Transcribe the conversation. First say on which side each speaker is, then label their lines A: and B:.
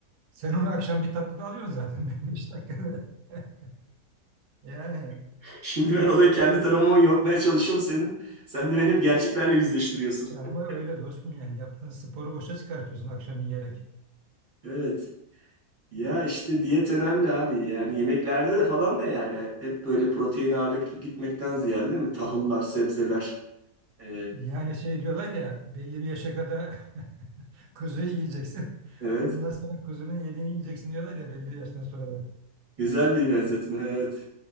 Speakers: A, on the right; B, on the right.
A: Sen onu akşamki tatlıda alıyorsun zaten <laughs> 5 dakikada. <laughs> Yani
B: <laughs> Şimdi ben olayı kendi tarafıma yontmaya çalışıyorum. Senin, sen de beni hep gerçeklerle yüzleştiriyorsun.
A: ya ama
B: <laughs>
A: öyle dostum yani yaptığın sporu boşa çıkartıyorsun akşam yiyerek.
B: Evet. Ya işte diyet önemli abi. Yani yemeklerde de falan da yani hep böyle protein ağırlıklı gitmekten ziyade değil mi? Tahıllar, sebzeler. E,
A: Yani şey diyorlar ya belli bir yaşa kadar <laughs> kuzuyu yiyeceksin.
B: evet.
A: Ondan sonra kuzunun yediğini yiyeceksin diyorlar ya belli bir yaştan sonra da.
B: Güzel bir benzetme, evet.